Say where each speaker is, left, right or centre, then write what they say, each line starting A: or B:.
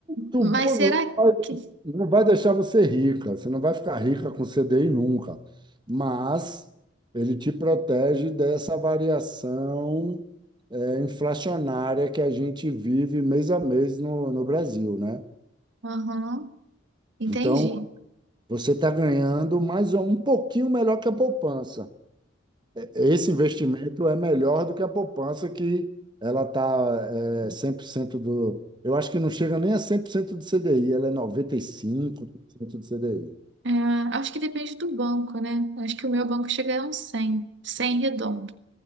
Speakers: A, on the right; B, on the right.
A: Tubão
B: Mas será
A: não vai,
B: que.
A: não vai deixar você rica, você não vai ficar rica com CDI nunca, mas ele te protege dessa variação é, inflacionária que a gente vive mês a mês no, no Brasil, né?
B: Aham, entendi.
A: Então, você está ganhando mais ou- um pouquinho melhor que a poupança. Esse investimento é melhor do que a poupança, que ela está é, 100% do. Eu acho que não chega nem a 100% do CDI, ela é 95% do CDI.
B: É, acho que depende do banco, né? Acho que o meu banco chega a uns 100 100 redondo.